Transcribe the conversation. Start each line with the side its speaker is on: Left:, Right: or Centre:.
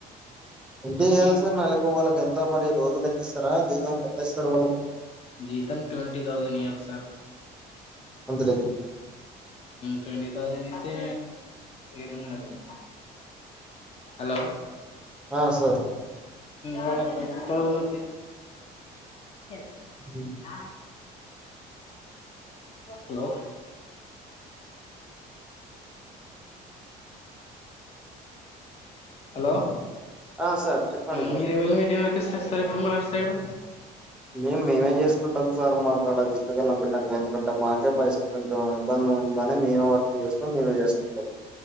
Centre: ఎంత
Left: కానీ
Centre: ఇయ్యాలి సార్ నెలకు వాళ్ళకి ఎంత మరి రోజు లెక్కిస్తారా జీతం ఎట్లా ఇస్తారు వాళ్ళకి
Left: జీతం ట్వంటీ థౌసండ్ ఇయ్యాలి సార్
Centre: అందరికి
Left: ట్వ థౌజడ్ ఇస్త డు హలో
Centre: ఆ సార్
Left: వాళ్ళకు టూ థౌసండ్ ఆ
Centre: హ్మ్.
Left: హలో హలో
Centre: ఆ సార్ చెప్పండి సార్
Left: మీర ఎవనా పెట్టిన చెపిస్తారు సార్ ఇప్పుడు మనెడు సైడు
Centre: మేము మేమేం చేసుకుంటాం సార్, మాకు అడ జితుగాలు అంబటం ఎందుకంటే మాకే పైసలు కొంచెం ఇబ్బంది ఉంద మేమే వర్క్ చేస్తాం మేమే చేసుకుంటాం